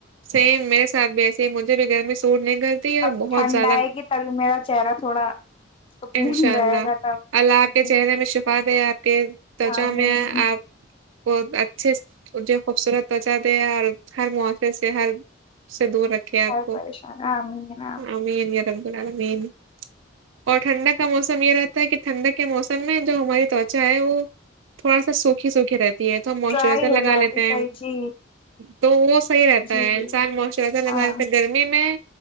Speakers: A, on the right; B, on the left.
A: سیم میرے ساتھ بھی ایسے ہی مجھے بھی گر می س وٹ نہیں کرتی اور
B: اب
A: بہت
B: ٹھنڈ
A: زیادہ
B: آئے گی تبھی میرا چہرہ تھوڑا سکون
A: انشاء
B: رہے
A: اللہ
B: گا تب
A: اللہ آپ
B: جی
A: کے چہرے
B: جی
A: میں شفا دے آپ کے توچا
B: آمین
A: میں ہے آپ کو اچھے جو خوبصورت توچا دے اور ہر مو سے ہر سے دور رکھے آپ
B: ہر
A: کو
B: پریشان آمین
A: آمین رب العالمین اور ٹھنڈک کا موسم یہ رہتا ہے کہ ٹھنڈک کے موسم میں جو ہماری توچا ہے وہ تھوڑا سا سوکھی سوکھی رہتی ہے تو ہم موسچرائزر
B: ڈرائی ہو
A: لگا
B: جاتی
A: لیتے ہیں
B: صحیح جی
A: تو وہ صحیح رہتا
B: جی
A: ہے
B: جی
A: انسان موسچرائزر لگالیتا
B: ہاں
A: ہے گرمی میں